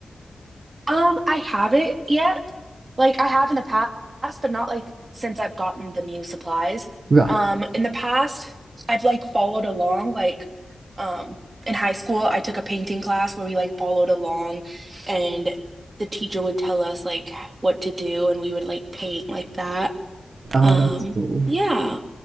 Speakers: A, on the right; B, on the right.
A: Um, I haven't yet. Like I have in the past, but not like since I've gotten the new supplies.
B: Right.
A: Um, in the past, I've like followed along. Like, um, in high school, I took a painting class where we like followed along, and the teacher would tell us like what to do, and we would like paint like that.
B: Oh,
A: Um,
B: that's cool.
A: yeah.